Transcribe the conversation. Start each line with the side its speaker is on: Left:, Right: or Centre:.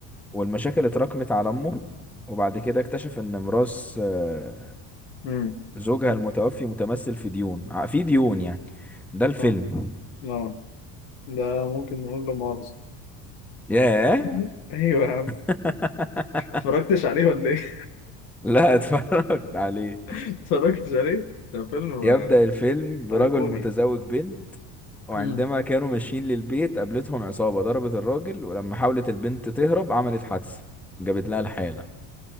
Centre: والمشاكل اتراكمت على أمه وبعد كده اكتشف إن ميراث آه،
Left: مم.
Centre: زوجها
Left: مم.
Centre: المتوفي متمثل في ديون ع- في ديون يعني ده الفيلم
Left: اه اه ده ممكن نقول له مؤاخذة
Centre: ياه
Left: <laughs> ايوه يا عم
Centre: <laughs>
Left: اتفرجتش عليه ولا ايه؟
Centre: لا اتفرجت عليه
Left: <laughs> اتفرجتش عليه؟ ده فيلم
Centre: يبدأ
Left: آه،
Centre: الفيلم برجل
Left: ايقوني
Centre: متزوج بنت وعندما
Left: مم.
Centre: كانوا ماشيين للبيت قابلتهم عصابة ضربت الراجل ولما حاولت البنت تهرب عملت حادثة جابت لها الحالة